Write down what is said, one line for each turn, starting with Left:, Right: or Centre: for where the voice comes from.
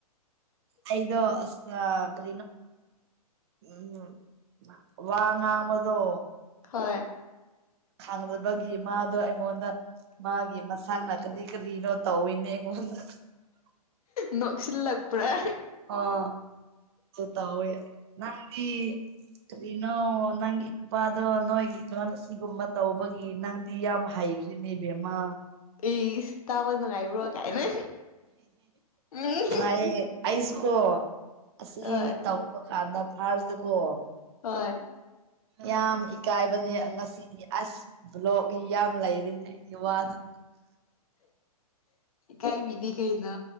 Right: ꯑꯩꯗꯣ ꯑꯁꯅꯣ ꯎ ꯋꯥ ꯉꯥꯡꯕꯗꯣ
Left: ꯍꯣꯏ
Right: ꯍꯪꯅꯕꯒꯤ ꯃꯥꯗꯣ ꯑꯩꯉꯣꯟꯗ ꯃꯥꯒꯤ ꯃꯁꯥꯅ ꯀꯔꯤ ꯀꯔꯤꯅꯣ ꯇꯧꯋꯅꯦ ꯑꯩꯉꯣꯟꯗ
Left: ꯅꯈꯁꯤ ꯂꯥꯛꯄꯔꯥ
Right: ꯑꯥ ꯇ ꯇ ꯑꯣꯏ ꯅꯪꯗꯤ ꯀꯔꯤꯅꯣ ꯅꯪꯒꯤ ꯅꯨꯄꯥꯗꯣ ꯅꯣꯏꯒꯤꯗꯣꯅ ꯁꯤꯒꯨꯝꯕ ꯇꯧꯕꯒꯤ ꯅꯪꯗꯤ ꯌꯥꯝ ꯍꯩ ꯏꯕꯃ
Left: ꯑꯦ ꯇꯥꯕ ꯅꯨꯡꯉꯥꯏꯕ꯭ꯔꯣ ꯀꯥꯏꯅ ꯎꯝ
Right: ꯅꯨꯡꯉꯥꯏꯌꯦ ꯑꯩꯁꯨꯀꯣ ꯑꯁꯤ
Left: ꯍꯣꯏ
Right: ꯇꯧꯕ ꯀꯥꯟꯗ ꯐꯥꯔꯁꯇꯀꯣ
Left: ꯍꯣꯏ
Right: ꯌꯥꯝ ꯏꯀꯥꯏꯕꯅꯦ ꯉꯁꯤꯗꯤ ꯑꯁ ꯕ꯭ꯂꯣꯛ ꯌꯥꯝ ꯂꯩꯔꯦ ꯑꯗꯨꯅꯦ ꯏ ꯋꯥ ꯑꯗꯨ
Left: ꯀꯥꯏ ꯗꯤ ꯀꯥꯏ ꯅ